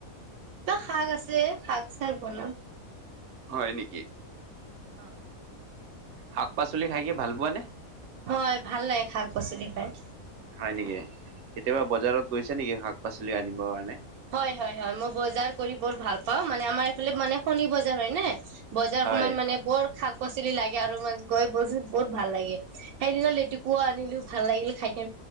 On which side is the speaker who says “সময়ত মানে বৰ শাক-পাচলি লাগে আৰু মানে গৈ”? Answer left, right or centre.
Right